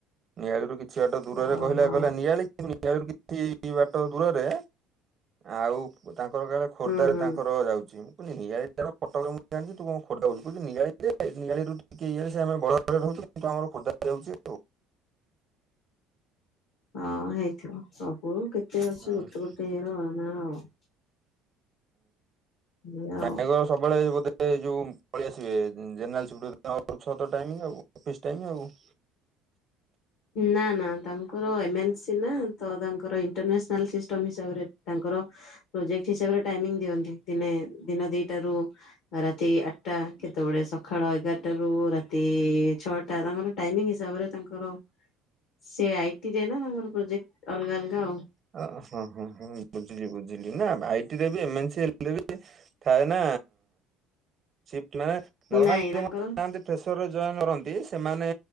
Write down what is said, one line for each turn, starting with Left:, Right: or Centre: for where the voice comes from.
Right: ନିଆଳିରୁୁ କିଛି ବାଟ ଦୂରରେ
Left: ଓହୋ
Right: କହିଲା କହିଲା ନିଆଳି <unintelligible> କିଛି ବାଟ ଦୂରରେ ଆଉ ତାଙ୍କର କାଳେ ଖୋର୍ଦ୍ଧରେ
Left: ହୁଁ ହୁଁ
Right: ତାଙ୍କର ଯାଉଛି ମୁଁ ନିଆଳି- ଫଟ ମୁଁ ଜାଣିଛି ତୁ କଣ କଥା କହୁଛୁ ନିଆଳି ଏ ନିଆଳି ରୁଟି କେ ଇଆସ ଆମେ ରହୁ କିନ୍ତୁ ଆମର ଖୋର୍ଦ୍ଧାରେ ଯାଉଛି ଆଉ।
Left: ହଁ ହେଇଥିବ ସବୁ କେତେ ଅଛି
Right: ହୁଁ,
Left: ଗୋଟେ ଗୋଟେ ଇଏର ନା ଆଉ। ଏଇଆ ଆଉ
Right: ନାଇବ ସବୁବେଳେ ବୋଧେ ଯୋଉ ପଳେଇ ଆସିବେ ଜେନେରାଲ। ସେ <unintelligible> ଛତ ଟାଇମି ଆବ ଅଫିସ୍ ଟାଇମ ଆଉ
Left: ନା ନା ତାଙ୍କର ଏମନ୍ସି ନା ତ ତାଙ୍କର ଇଣ୍ଟରନ୍ୟାସନାଲ ସିଷ୍ଟମ ହିସାବରେ ତାଙ୍କର- ପ୍ରୋଜେକ୍ଟ ହିସାବରେ ଟାଇମିଂ ଦିଅନ୍ତି ଦିନେ ଦିନ ଦିଟ। ରୁ ରାତି ଆଠଟା କେତେବେଳେ ସକାଳ ଏଗାରଟା ରୁ ରାତି ଛଅଟା ତାଙ୍କର- ଟାଇମିଂ ହିସାବରେ ତାଙ୍କର ସେ ଆଇଟିରେ ନା ତାଙ୍କର ପ୍ରୋଜେକ୍ଟ ଅଲଗା ଅଲଗା ଆଉ।
Right: ଅ ହଁ ହଁ ହ ବୁଝିଲ ବୁଝିଲି ନା ଭାଇ ଟିରେ ବି ଏ ମେନ ସ଼ ଥାଇ ନା ସିଟ୍ଲାନମାଲ
Left: ନାଇଁ
Right: ଯୋଉମାନେ
Left: ତାଙ୍କର
Right: ଜାଆନ୍ତି ପ୍ରେସରରେ ଜଏନ୍‌କରନ୍ତି। ସେମାନେ